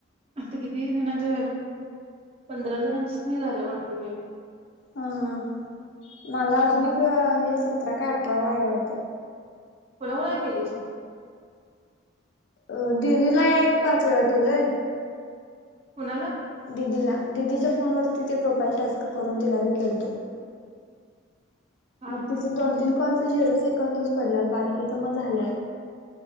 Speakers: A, on the right; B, on the left.
A: आता किती जणांचं झाल? पंधरा जणांसनी झालं वाटतं बाई.
B: हा हा मला
A: कुणा
B: अजून एक हे सतरा काय अठरा वा आहे वाटतं.
A: कुनाकुणा ला केलईस म?
B: अ दीदीला एक पाच वेळा केलोय.
A: कुणाला?
B: दिदीला, दिदीच्या फोनवरती ते प्रोफाईल टास्क करून तिला बी केलतो.
A: हा
B: मग तिच
A: हा
B: दोन तीन कॉलच झिरो सेकंदच पडल्यात, बाकीच मग झाल्यात.